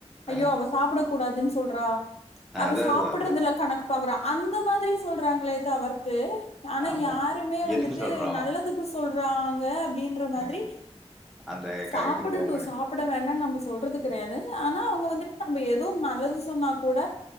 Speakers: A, on the left; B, in the centre.
A: ஐயோ
B: ஆ,
A: அவ சாப்பிட கூடாதுன்னு சொல்றா அவ
B: அது
A: சாப்படுறதுல
B: அது அது
A: கணக் பாக்கறா அந்த மாரி சொல்றாங்களே தவர்த்து ஆனா
B: ஆமா
A: யாருமே வந்துட்டு
B: எதுக்கு சொல்றோம்
A: நல்லதுக்கு சொல் ராங்க அப்டின்ற மாரி
B: ஆ, அந்த க-
A: சாப்படட்டும்
B: இது போக மாட்டேன்
A: சாப்ட வேணாம் நம்ம சொல்றதுக் தெரியாது இல்ல ஆனா அவங்க வந்துட்டு நம்ம எதுவு நல்லது சொன்னா கூட